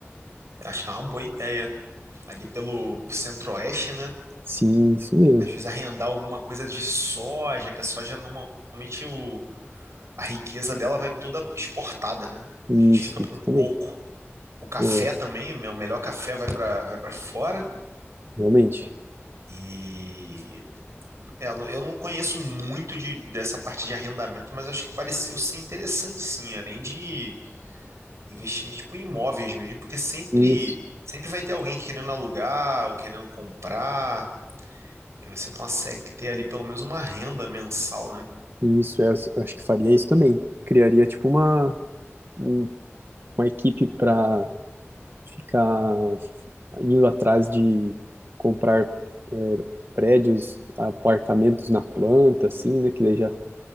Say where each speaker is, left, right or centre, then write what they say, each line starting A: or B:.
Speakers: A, on the right (about 85°); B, on the right (about 50°).
A: acho que é uma boa ideia. Ali pelo centro-oeste, né?
B: Sim, isso mesmo.
A: Às vezes arrendar alguma coisa de soja, que a soja normalmente o, a riqueza dela vai toda exportada, né?
B: Isso,
A: A gente fica com
B: isso também.
A: pouco. O café
B: É,
A: também, o meu melhor café vai para vai para fora.
B: realmente.
A: E É, eu não eu não conheço muito de, dessa parte de arrendamento, mas acho que pareceu ser interessante sim, além de investir tipo, em imóveis mesmo, porque sempre,
B: Isso,
A: sempre vai ter alguém querendo alugar ou querendo comprar, e você consegue ter ali pelo menos uma renda mensal, né?
B: isso. Eu acho eu acho que faria isso também. Criaria, tipo, uma, um- uma equipe para ficar indo atrás de comprar é, prédios, apartamentos na planta, assim, né? Que daí já